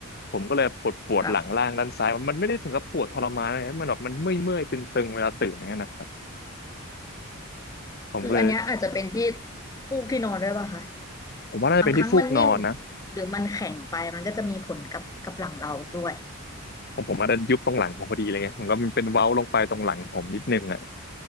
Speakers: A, on the left; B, on the left.
A: ผมก็เลยปวดปวดหลังล่างด้านซ้ายมันไม่ได้ถึงกับปวดทรมานอะไรนะมันแบบมันเมื่อยเมื่อยตึงตึงๆเวลาตื่นอย่างเงี้ยนะครับ
B: ค่ะ
A: ผมก็เลย
B: คืออันเนี้ยอาจจะเป็นที่ปูกที่นอนด้วยป่ะคะ
A: ผมว่าน่าจะเป็นที่ฟูกนอนนะ
B: บางครั้งมันนิ่มหรือมันแข็งไปมันก็จะมีผลกับกับหลังเราด้วย
A: ผมผมอาจจะยุบตรงหลังผมพอดีเลยไงมันก็มันเป็นเว้าลงไปตรงหลังผมนิดนึงอ่ะ